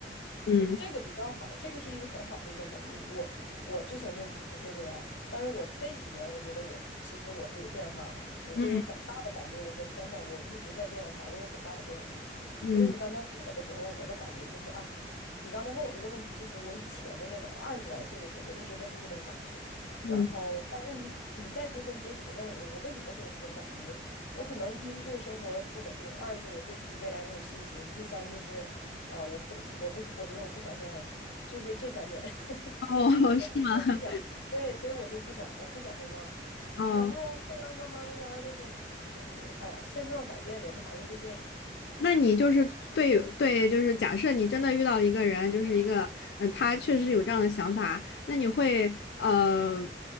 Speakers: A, on the left; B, on the left.
A: 嗯
B: 我觉得这个比较好，这个是一个很好的一个能力。我我之前就不会这样，但是我这几年我觉得我其实我是有变化的，我会有很大的感觉。
A: 嗯
B: 我说天呐，我一直在变化，我有很大的变化。
A: 嗯
B: 所以你刚才问我的时候，我的感觉就是啊，你刚才问我这个问题，就是我以前的那个二十来岁的时候，我一直都是这种感觉。
A: 嗯。
B: 然后，但是你你再归根结底的问我，我为什么会有这种感觉？我可能一是对生活不稳定，二是我对自己未来没有信心，第三就是。啊、我不，我不，我觉得我不相信爱情，就是这三点，<laughs>
A: 哦，<laughs> 是吗？
B: 不想，对，所以我就不想，我不想莫忘。
A: 哦，
B: 然后后来慢慢慢慢的，那你就就是，哎呀，现状改变，人还是会变的。
A: 那你就是对对，就是假设你真的遇到一个人，就是一个呃，他确实有这样的想法，那你会呃